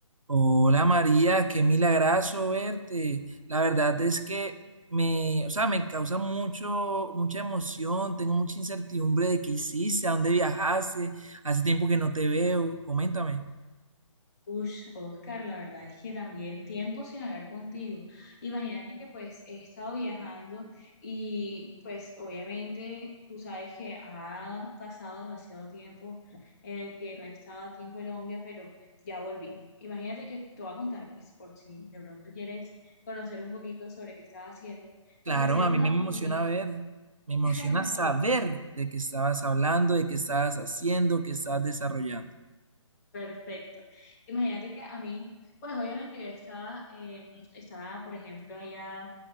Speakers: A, on the right; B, on the left.
A: Hola María, qué milagrazo verte. La verdad es que me, o sea, me causa mucho, mucha emoción, tengo mucha incertidumbre de qué hiciste, a dónde viajaste, hace tiempo que no te veo, coméntame.
B: Ush, Oscar, la verdad es que también tiempo sin hablar contigo. Imagínate que pues he estado viajando y pues obviamente tú sabes que ha pasado demasiado tiempo en el que no he estado aquí en Colombia, pero ya volví. Imagínate que te voy a contar pues por si de pronto quieres conocer un poquito sobre qué estaba haciendo.
A: Claro,
B: Me ofrecieron
A: a mí
B: una
A: me
B: oportunidad,
A: emociona ver, me emociona
B: <laughs>
A: saber
B: ok,
A: de qué estabas hablando, de qué estabas haciendo, qué estabas desarrollando.
B: Perfecto. Imagínate que a mí, pues obviamente yo estaba, eh, estaba, por ejemplo, allá,